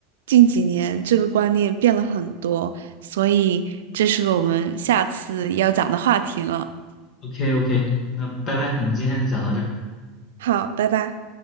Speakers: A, on the right; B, on the left.
A: 近几年这个观念变了很多，所以这是我们下次要讲的话题了。
B: ，OK OK，那拜拜，我们今天就讲到这儿。
A: 好，拜拜。